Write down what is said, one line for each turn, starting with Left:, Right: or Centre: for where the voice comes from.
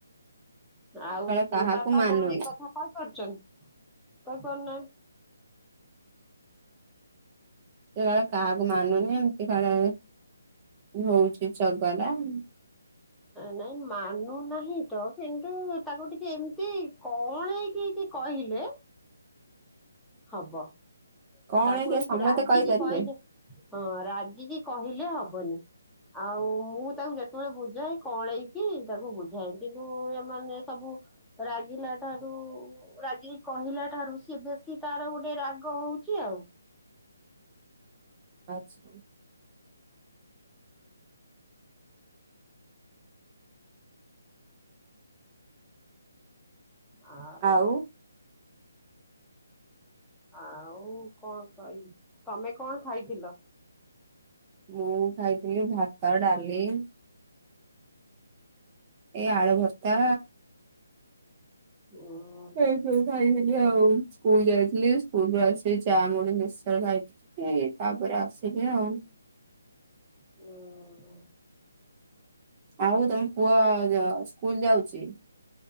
Centre: ଆଉ
Right: କାଳେ
Centre: ତ
Right: କାହାକୁ
Centre: ବାପା
Right: ମାନୁନି
Centre: କଣ ଏ କଥା କହିପାରୁଛନ୍ତି, କହି ପାରୁ ନାହାନ୍ତି।
Right: ସେତବେଳେ କାହାକୁ ମାନୁନି, ଏମିତି କାଳେ ହଉଛି ଚଗଲା। <inaudible>
Centre: ନାଇଁ ମାନୁନାହିଁ ତ କିନ୍ତୁ ତାକୁ ଟିକେ ଏମିତି କଣ ହେଇକି କଅଁଳେଇ କି କହିଲେ
Right: <inaudible>
Centre: ହବ।
Right: କଣ
Centre: ତାକୁ
Right: କି
Centre: ଏମିତି
Right: ସମସ୍ତେ
Centre: ରାଗିକି
Right: କହିପାରିବେ
Centre: କହିଲେ, ହଁ ରାଗିକି କହିଲେ ହବନି। ଆଉ ମୁଁ ତାକୁ ଯେତେବେଳେ ବୁଝାଏ, କଅଁଳେଇତାକୁ ବୁଝାଏ କିନ୍ତୁ ଏମାନେ ସବୁ ରାଗିଲା ଠାରୁ ରାଗି କି କହିଲା ଠାରୁ, ସିଏ ବେଶୀ ତାର ଗୋଟେ ରାଗ ହଉଛି। ଛି ଆଉ।
Right: ଆଛା।
Centre: ଆ
Right: ଆଉ
Centre: ଆଉ କଣ କହିବି? ତମେ କଣ ଖାଇଥିଲ?
Right: ମୁଁ ଖାଇଥିଲି ଭାତ, ଡାଲି ଏଇ ଆଳୁ ଭର୍ତ୍ତା।
Centre: ଉଁ
Right: ଏଇ ଯୋଉ ଯାଇଥିଲି, ଆଉ ସ୍କୁଲ ଯାଇଥିଲି, ସ୍କୁଲ ରୁ ଆସି ଚା ମୁଡି ମିଶ୍ଚର୍ ଖାଇଥିଲି। ଏଇ ତା ପରେ ଆସିଲି ଆଉ।
Centre: ହୁଁ ଉ
Right: ଆଉ ତମ ପୁଅ ସ୍କୁଲ ଯାଉଛି?